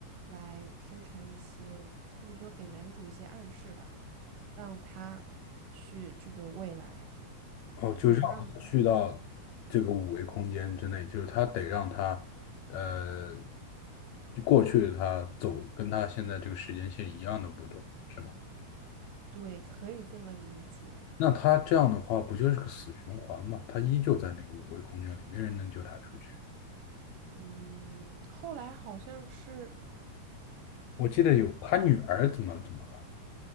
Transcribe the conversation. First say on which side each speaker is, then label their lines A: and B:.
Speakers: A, on the right (about 80°); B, on the left (about 80°).
A: 来生成一些，或者说给男主一些暗示吧，让他去这个未来，
B: 哦，就让他去到这个五维空间之内，
A: 或者说让，
B: 就是他得让他呃过去的他走跟他现在这个时间线一样的步骤，是吗？
A: 对，可以这么理解。
B: 那他这样的话，不就是个死循环嘛？他依旧在那个五维空间里，没人能救他出去。
A: 嗯，后来好像是。
B: 我记得有他女儿怎么怎么了？